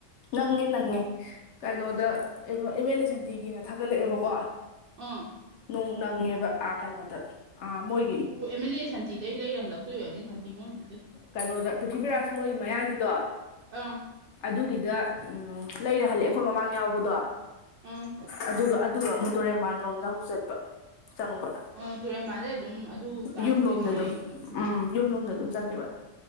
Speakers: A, on the left; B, on the right.
A: ꯅꯪꯉꯦ ꯅꯪꯉꯦ ꯀꯩꯅꯣꯗ ꯑꯦꯝ ꯑꯦꯜ ꯑꯦ ꯁꯟꯇꯤꯒꯤꯅ ꯊꯥꯒꯠꯂꯛꯑꯦꯕꯀꯣ
B: ꯑꯥ
A: ꯅꯣꯡ ꯅꯪꯉꯦꯕ ꯑꯥ ꯀꯩꯅꯣꯗ ꯑꯥ ꯃꯣꯏ
B: ꯑꯣ ꯑꯦꯝ ꯑꯦꯜ ꯑꯦ ꯁꯥꯟꯇꯤꯗꯩ ꯂꯩꯔ ꯍꯜꯂꯛꯇꯣꯏ ꯑꯣꯏꯔꯝꯅꯤ ꯁꯥꯟꯇꯤ ꯃꯣꯏꯗꯨꯗꯩ
A: ꯀꯩꯅꯣꯗ ꯄ꯭ꯔꯤꯊꯤꯕꯤꯔꯥꯖ ꯃꯣꯏ ꯃꯌꯥꯒꯤꯗꯣ
B: ꯑꯪ
A: ꯑꯗꯨꯒꯤꯗ ꯎꯝ ꯂꯩꯔ ꯍꯜꯂꯛꯑꯦ ꯑꯩꯈꯣꯏ ꯃꯃꯥꯡ ꯌꯥꯎꯕꯗꯣ
B: ꯑꯪ
A: ꯑꯗꯨꯒ ꯑꯗꯨꯒ ꯑꯃꯨꯛ ꯇꯣꯔꯦꯟꯕꯥꯟ ꯂꯣꯝꯗ ꯑꯃꯨꯛ ꯆꯠꯄ ꯆꯪꯕ
B: ꯑꯣ ꯇꯨꯔꯦꯟꯕꯥꯗꯩ ꯑꯗꯨꯝ ꯑꯗꯨ ꯇꯥꯛꯈꯤꯗꯣꯏꯅꯤ
A: ꯌꯨꯝꯂꯣꯝꯗ
B: ꯍꯥꯏꯌꯦ
A: ꯑꯗꯨꯝ
B: <unintelligible>
A: ꯎꯝ ꯌꯨꯝꯂꯣꯝꯗ ꯑꯗꯨꯝ ꯆꯠꯈꯤꯕ